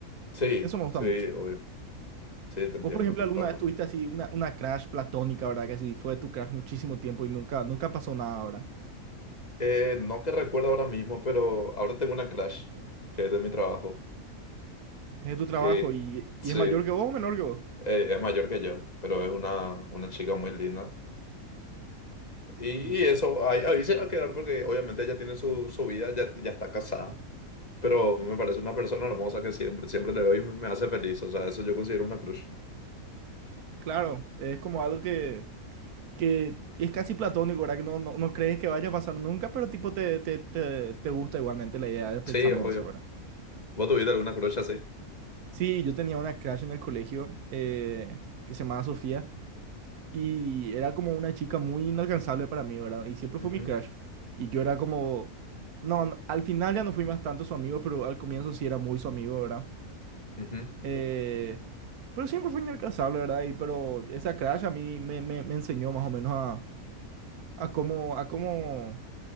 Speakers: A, on the left (about 25°); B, on the right (about 80°).
A: sí,
B: Eso me gusta
A: sí,
B: mucho.
A: obvio, sí, te entiendo
B: Vos, por ejemplo,
A: totalmente.
B: alguna vez tuviste así una, una crush platónica, ¿verdad? Que así fue tu crush muchísimo tiempo y nunca, nunca pasó nada, ¿verdad?
A: Eh, no te recuerdo ahora mismo, pero ahora tengo una crush, que es de mi trabajo,
B: Es de tu trabajo
A: que
B: y,
A: sí,
B: y es mayor
A: eh,
B: que vos o menor que vos.
A: es mayor que yo, pero es una, una chica muy linda. Y
B: Mm,
A: eso, ahí, ahí se va a quedar porque obviamente ella tiene su, su vida, ya, ya está casada, pero me parece una persona hermosa que siempre, siempre le veo y me, me hace feliz, o sea, eso yo considero una crush.
B: claro, es como algo que, que es casi platónico, ¿verdad? Que no, no, no crees que vaya a pasar nunca, pero tipo te, te, te, te gusta igualmente la idea de pensar
A: Sí, obvio.
B: en eso, ¿verdad?
A: ¿Vos tuviste alguna crush así?
B: Sí, yo tenía una crush en el colegio eh, que se llamaba Sofía. Y era como una chica muy inalcanzable para mí, ¿verdad? Y siempre
A: Ujú,
B: fue mi crush. Y yo era como... No, no, al final ya no fui más tanto su amigo, pero al comienzo sí era muy su amigo, ¿verdad?
A: ujú.
B: Eh, pero siempre fue inalcanzable, ¿verdad? Y pero esa crush a mí me, me, me enseñó más o menos a, a cómo, a cómo,